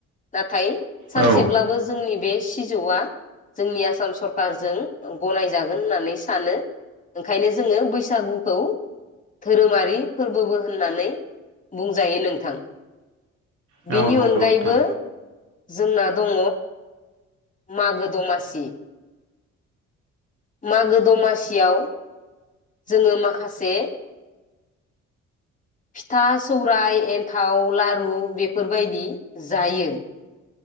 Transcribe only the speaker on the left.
नाथाय सानसेब्लाबो
जोंनि बे सिजौआ जोंनि आसाम सरखारजों गनायजागोन होननानै सानो ओंखायनो जोङो बैसागुखौ धोरोमारि फोरबोबो होननानै बुंजायो नोंथां।
बिनि
अनगायैबो
जोंना दङ मागो दमासि मागो दमासियाव जोङो माखासे फिथा सौराय एन्थाव लारु बेफोरबायदि जायो।